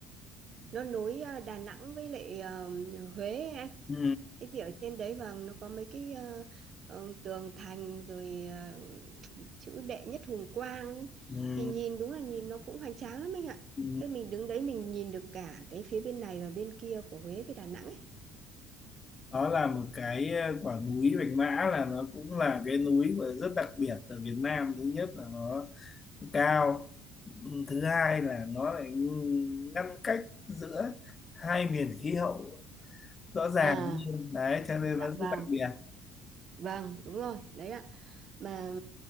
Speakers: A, on the right; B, on the left.
A: nó nối ờ, Đà Nẵng với lại ờ, Huế ấy anh
B: ừ.
A: thế thì ở trên đấy vàng nó có mấy cái ờ, ờ, tường thành rồi ờ, chữ đệ nhất hùng quang ấy.
B: Ừ.
A: thì nhìn đúng là nhìn nó cũng hoành tráng lắm anh ạ
B: Ừ.
A: tức là mình đứng đấy mình nhìn được cả cái phía bên này và bên kia của Huế với Đà Nẵng ấy
B: đó là một cái ờ, quả núi Bạch Mã là nó cũng là cái núi mà rất đặc biệt ở Việt Nam thứ nhất là nó cao Ừ, thứ hai là nó lại ngăn cách giữa hai miền khí hậu rõ ràng
A: à
B: hơn đấy cho nên
A: dạ
B: nó rất
A: vâng
B: đặc biệt
A: vâng đúng rồi đấy ạ mà